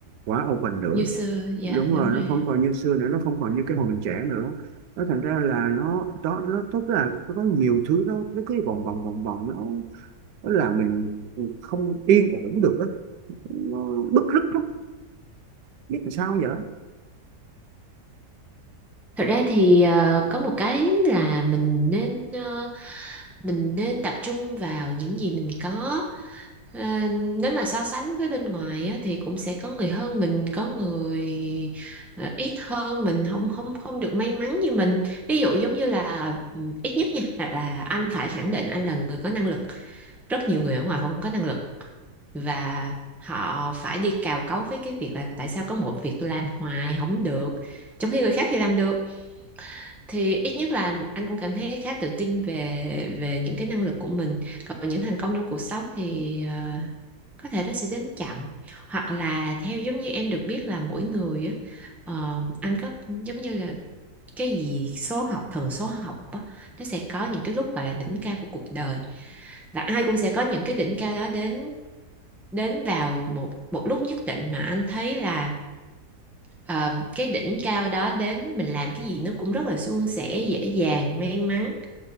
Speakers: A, on the right; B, in the centre.
A: quá open nữa
B: User, dạ
A: đúng
B: đúng
A: rồi
B: rồi.
A: nó không còn như xưa nữa nó không còn như cái hồi mình trẻ nữa nó thành ra là nó đó nó tức là nó có nhiều thứ nó nó cứ vòng vòng vòng vòng nó nó làm mình không yên ổn được á nó bứt rứt lắm biết làm sao giờ
B: Thật ra thì ờ, có một cái là mình nên ờ, mình nên tập trung vào những gì mình có. Ờ, nếu mà so sánh với bên ngoài á, thì cũng sẽ có người hơn mình, có người ờ, ít hơn mình không không không được may mắn như mình. Ví dụ giống như là ừ, ít nhất nha là, là anh phải khẳng định anh là người có năng lực. Rất nhiều người ở ngoài không có năng lực và họ phải đi cào cấu với cái việc là tại sao có một việc tôi làm hoài không được, trong khi người khác thì làm được thì ít nhất là anh cũng cảm thấy khá tự tin về về những cái năng lực của mình còn những thành công trong cuộc sống thì ờ, có thể nó sẽ đến chậm hoặc là theo giống như em được biết là mỗi người á ờ, anh có giống như là cái gì số học thần số học á nó sẽ có những cái lúc gọi là đỉnh cao của cuộc đời và ai cũng sẽ có những cái đỉnh cao đó đến đến vào một một lúc nhất định mà anh thấy là Ờ, cái đỉnh cao đó đến mình làm cái gì nó cũng rất là suôn sẻ dễ dàng may mắn